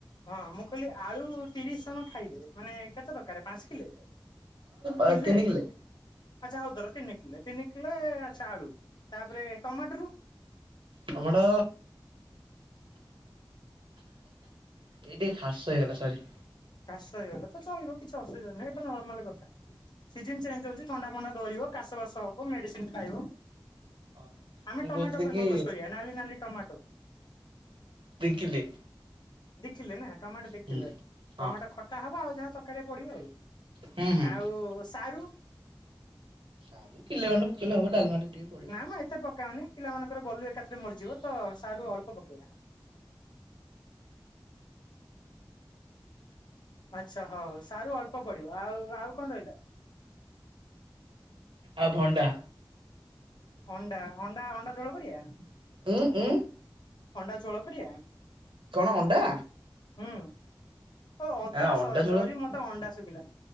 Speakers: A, on the left; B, on the right.
A: ହଁ ମୁଁ କହିଲି ଆଳୁ ତିରିଶ ଜଣ ଖାଇବେ ମାନେ କେତେ ଦରକାରେ? ପାଞ୍ଚ କିଲେ କିଲେ?
B: ଆଉ ତିନି କିଲେ।
A: ଆଚ୍ଛା ହଉ ଧର ତିନି କିଲେ ତିନି କିଲେ ଆଚ୍ଛା ଆଳୁ ତାପରେ ଟମାଟୋରୁ?
B: ଟମାଟ ଏଇଟି ହାର୍ସ ହେଇଗଲା ସରି।
A: କାଶ ହେଇଗଲା ତ ଚଳିବ କିଛି ଅସୁବିଧା ନାହିଁ ଏଟା ନର୍ମାଲ କଥା। ସିଜନ୍ ଚେଞ୍ଚ୍ ହଉଚି ଥଣ୍ଡା ଫଣ୍ଡା ଧରିବ କାଶ ବାସ ହବ ମେଡ଼ିସିନ୍ ଖାଇବ।
B: ହଁ
A: ଆମେ
B: ମୁଁ
A: ଟମାଟୋ
B: କହୁଥିଲି
A: ଉପରେ
B: କି
A: ଫୋକସ୍ କରିବା ନାଲି ନାଲି ଟମାଟୋ।
B: ଦି କିଲେ।
A: ଦି ଖିଲେ ନାଁ ଟମାଟ ଦି
B: ହୁଁ।
A: କିଲେ।
B: ହଁ
A: ଟମାଟ ଖଟା ହବ ଆଉ ଯାହା ଚରକାରୀରେ ପଡ଼ିବ ଆଉ।
B: ହୁଁ ହୁଁ
A: ଆଉ ସାରୁ?
B: ଆରୁ କିଲେ ଖଣ୍ଡେ ପକେଇଲେ ହବ ଡାଲମାରେ। ଟିକେ ପଡିବ।
A: ନାଁ ମ ଏତେ ପକାଅନି ପିଲାମାନଙ୍କର ଗଲୁ ଏକାଥରେ ମରିଯିବ ତ ସାରୁ ଅଳ୍ପ ପକେଇବା। ଆଚ୍ଛା ହଉ ସାରୁ ଅଳ୍ପ ପଡ଼ିବ। ଆଉ ଆଉ କଣ ରହିଲା?
B: ଆଉ ଭଣ୍ଡା।
A: ଅଣ୍ଡା ଅଣ୍ଡା ଅଣ୍ଡା ଝୋଳ କରିଆ?
B: ଉଁ ଉଁ।
A: ଅଣ୍ଡା ଛୋଳ କରିଆ?
B: କଣ ଅଣ୍ଡା?
A: ହୁଁ ଓ ଅଦା
B: ନା ଅଣ୍ଡା
A: ସରି
B: ଝୋଳ।
A: ସରି ମତେ ଅଣ୍ଡା ଶୁଭିଲା